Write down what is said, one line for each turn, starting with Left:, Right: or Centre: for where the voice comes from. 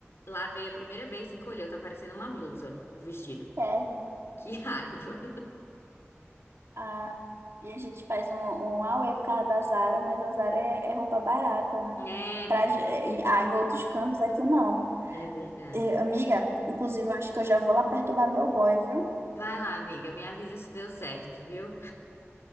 Left: Lavei a primeira vez, encolheu, tá parecendo uma blusa, o vestido.
Right: É.
Left: Que <laughs> raiva.
Right: Ah, e a gente faz um, um auê por causa da Zara, mas a Zara é, é roupa barata, né?
Left: É,
Right: Pra,
Left: velho.
Right: ge- em, ah, em outros cantos aqui não.
Left: É verdade.
Right: E, amiga, inclusive eu acho que eu já vou lá perturbar meu boy, viu?
Left: Vai lá, amiga. Me avisa se deu certo, viu?